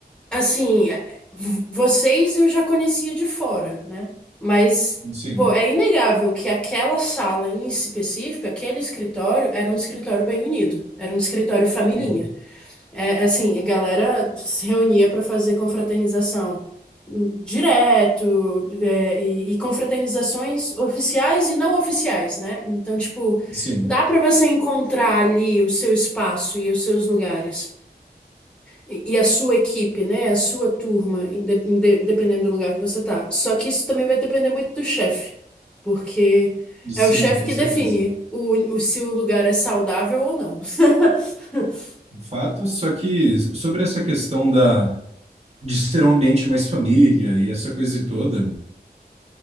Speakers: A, in the centre; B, on the right (about 40°).
A: assim, v- vocês eu já conhecia de fora, né? Mas,
B: Sim,
A: pô, é inegável que aquela sala em específico, aquele escritório, era um escritório bem unido, era um escritório familhinha.
B: uhum.
A: É, assim, a galera se reunia para fazer confraternização direto, é, e, e confraternizações oficiais e não oficiais, né? Então, tipo,
B: Sim,
A: dá para você encontrar ali o seu espaço e os seus lugares, e, e a sua equipe, né? A sua turma, inde- inde- dependendo do lugar que você tá. Só que isso também vai depender muito do chefe, porque
B: sim,
A: é o chefe
B: com
A: que
B: certeza.
A: define o, o- se o lugar é saudável ou não. <laughs>
B: Fato, só que sobre essa questão da, de ser um ambiente mais família e essa coisa toda.